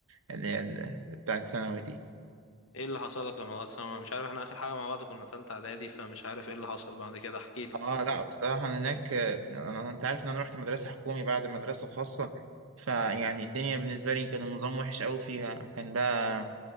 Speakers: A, on the right; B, on the left.
A: اللي هي ال- بتاعت ثانوي دي
B: ايه اللي حصل لك لما دخلت ثانوي مش عارف احنا اخر حاجة مع بعض كنا تالتة اعدادي فمش عارف ايه اللي حصل بعد كده احكيلي
A: اه لا بصراحة انا هناك آه، انا انت عارف ان انا رحت مدرسة حكومي بعد مدرسة خاصة فيعني الدنيا بالنسبة لي كان النظام وحش قوي فيها كان بقى